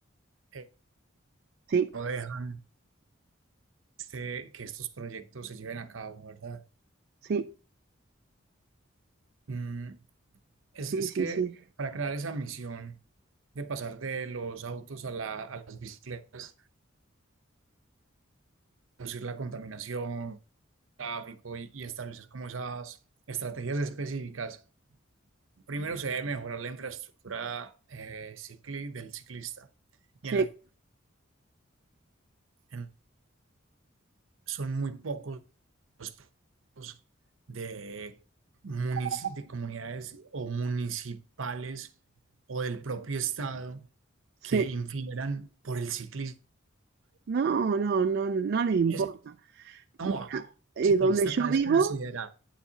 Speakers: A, on the right; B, on the right.
A: eh,
B: Sí,
A: no dejan de que estos proyectos se lleven a cabo, ¿verdad?
B: sí,
A: Mm, Es,
B: sí,
A: es
B: sí,
A: que
B: sí,
A: para crear esa misión de pasar de los autos a, la- a las bicicletas, reducir la contaminación, tráfico y, y establecer como esas estrategias específicas, primero se debe mejorar la infraestructura eh, cicli- del ciclista. Y
B: sí,
A: en la en- son muy pocos los puntos de, munici- de comunidades o municipales o del propio estado
B: sí.
A: que infieran por el ciclismo.
B: No, no, no, no les importa.
A: es, no,
B: Mira,
A: el
B: eh,
A: ciclista
B: donde yo
A: acá es
B: vivo,
A: considerado.